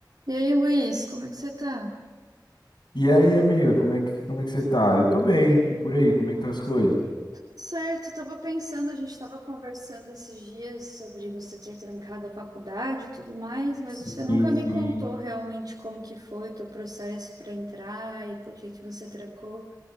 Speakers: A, on the right (about 60°); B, on the left (about 80°).
A: E aí, Luiz, como é que você tá?
B: E aí, amiga, como é que, como é que você tá? Eu tô bem. E por aí, como é que tá as coisas?
A: Certo, eu tava pensando, a gente tava conversando esses dias sobre você ter trancado a faculdade e tudo mais, mas
B: Sim,
A: você nunca
B: sim.
A: me contou realmente como que foi o teu processo para entrar e por que que você trancou.